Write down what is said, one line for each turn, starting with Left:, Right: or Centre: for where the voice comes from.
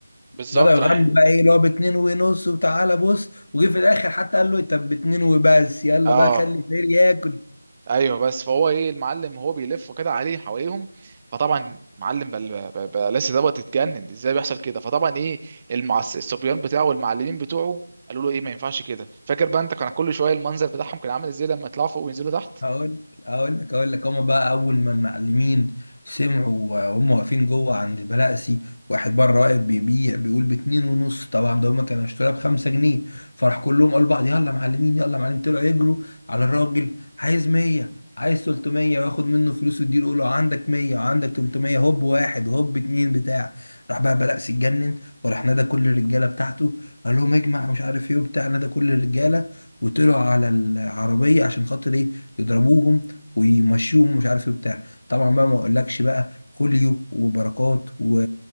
Right: بالظبط
Left: بدأوا
Right: راح
Left: يغنوا بقى ايه اللي هو باتنين ونص وتعالى بص وجه في الاخر حتى قال له إيه، طب باتنين وبس يلا
Right: اه
Left: بقى خلي الفقير ياكل
Right: ايوه بس فهو ايه المعلم هو بيلف كده عليه حواليهم فطبعا معلم بل... بل... بلاسي دوت اتجنن ازاي بيحصل كده فطبعا ايه المعس... الصبيان بتاعه والمعلمين بتوعه قالوا له ايه ما ينفعش كده فاكر بقى انت كان كل شويه المنظر بتاعهم كان عامل ازاي لما يطلعوا فوق وينزلوا تحت
Left: هقول هقول لك هقول لك هما بقى اول ما المعلمين سمعوا وهم واقفين جوه عند البلاسي واحد بره واقف بيبيع بيقول باتنين ونص طبعا ده هما كانوا اشتروها بخمسة جنيه فراح كلهم قالوا لبعض يلا معلمين يلا معلمين طلعوا يجروا على الراجل عايز 100 عايز 300 وياخد منه فلوس ويديله يقول له عندك 100 وعندك 300 هوب واحد هوب اتنين بتاع راح بقى بلقس اتجنن وراح نادى كل الرجاله بتاعته قال لهم اجمع مش عارف ايه وبتاع نادى كل الرجاله وطلعوا على العربيه عشان خاطر ايه يضربوهم ويمشوهم مش عارف ايه بتاع طبعا بقى ما اقولكش بقى خوليو وبركات و...